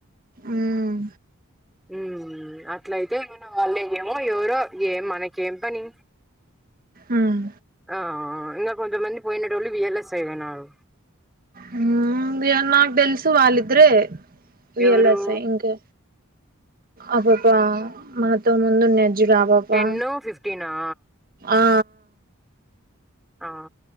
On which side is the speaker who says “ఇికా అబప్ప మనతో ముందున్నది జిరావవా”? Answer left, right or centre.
Right